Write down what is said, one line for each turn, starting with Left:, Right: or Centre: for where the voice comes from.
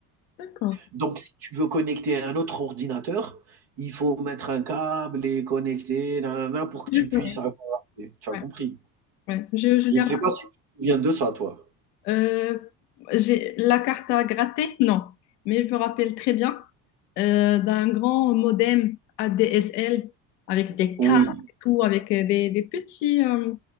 Left: D'accord.
Right: Donc si tu veux connecter un autre ordinateur, il faut mettre un câble et connecter nanana pour que
Left: Je
Right: tu puisses
Left: connais.
Right: avoir accès. Tu as compris?
Left: Ouais. Ouais. Je, je
Right: Je
Left: garde
Right: sais pas si tu te souviens de ça toi?
Left: Euh, j'ai la carte à gratter, non, mais je me rappelle très bien euh, d'un grand modem ADSL avec des
Right: Oui,
Left: câbles et tout, avec euh, des, des petits, euh,